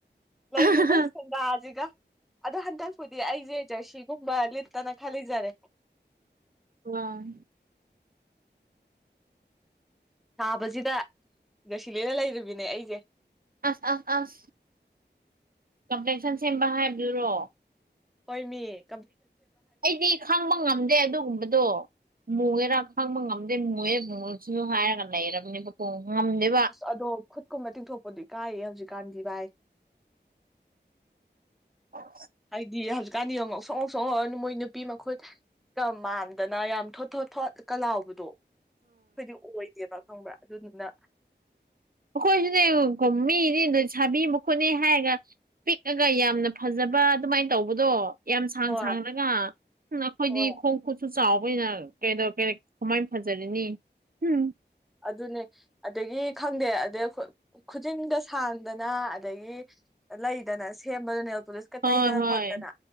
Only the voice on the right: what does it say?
ꯑꯥ
ꯑ
ꯑꯁ ꯑ ꯑꯁ ꯀꯝꯄ꯭ꯂꯦꯟꯁꯟ ꯁꯦꯝꯕ ꯍꯥꯏꯕꯗꯨꯔꯣ
ꯑꯩꯗꯤ ꯈꯪꯕ ꯉꯝꯗꯦ ꯑꯗꯨꯒꯨꯝꯕꯗꯣ ꯃꯣꯏꯦꯔꯥ ꯈꯪꯕ ꯉꯝꯗꯦ ꯃꯣꯏꯦꯕꯨꯡꯉꯁꯨꯁꯨ ꯍꯥꯏꯔꯒ ꯂꯩꯔꯕꯅꯦꯕ ꯉꯝꯗꯦ
ꯑꯣ
ꯎ ꯑꯩꯈꯣꯏꯁꯨꯅꯦ ꯨꯝꯃꯤꯅꯦ ꯅꯣꯏ ꯁꯥꯕꯤ ꯃꯨ ꯈꯣꯠꯅ ꯍꯥꯏꯔꯒ ꯄꯤꯛꯑꯒ ꯌꯥꯝꯅ ꯐꯖꯕ ꯑꯗꯨꯃꯥꯏꯅ ꯇꯧꯕꯗꯣ ꯌꯥꯝ ꯁꯥꯡ
ꯁꯥꯡꯔꯒ ꯑꯩꯈꯣꯏꯗꯤ
ꯈꯣꯡ ꯈꯨꯠꯁꯨ ꯆꯥꯎꯕꯅ ꯀꯩꯗ ꯀꯃꯥꯏꯅ ꯐꯖꯔꯤꯅꯤ ꯎꯝ
ꯍꯣꯏ
ꯍꯣꯏ